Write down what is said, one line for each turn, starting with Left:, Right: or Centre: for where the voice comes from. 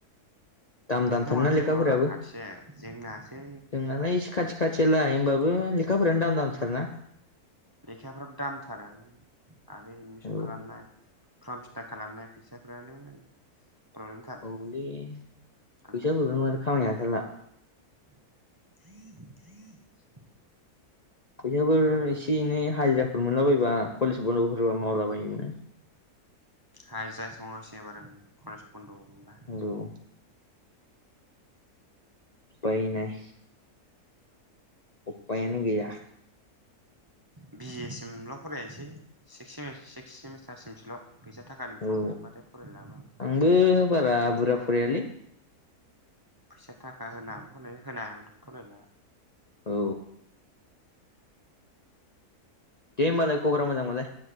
Left: दाम
Right: नोंथां
Left: दामथार
Right: मानाथ
Left: ना लेखाफोराबो
Right: जेबो नङा र' खाथिया जोंनासो
Left: जोंनालाय एसे खाथि खाथियालाय होमबाबो ओम लेखाफोरानो दाम दामथार ना
Right: लेखाफ्राबो दामथार आयु आरो एदमिसन
Left: औ
Right: खालामनाय फर्म फिथा खालामनाय फैसाफ्रानो प्रब्लेमथार
Left: औले फैसाफोरखौनो
Right: आंना
Left: माथो खामायनो हाथारला।
Right: <unintelligible>
Left: फैसाफोर
Right: इमान
Left: एसे
Right: जायो
Left: एनै हाजिराफोर मोनला बायोबा कलेज बन्द'फोरबा मावलाबायोमोन।
Right: हाय जा <unintelligible> कलेज बन्द' मोनबा।
Left: औ अयनाय। उफायानो गैया।
Right: बि ए सिमल' फरायसै सिक्स सेमे सिक्स सेमिस्टारसिमसोल'। फैसा थाखानि प्रब्लेमबाथाय
Left: औ
Right: फरायलाबो आं
Left: आंबो बारा बुरजा फरायालै।
Right: फैसा थाखा होनो हाबा फरायनाय होनो हायाबाथ' फरायला।
Left: औ। दे होमबा जोहा खबरा मोजां मोनलाय।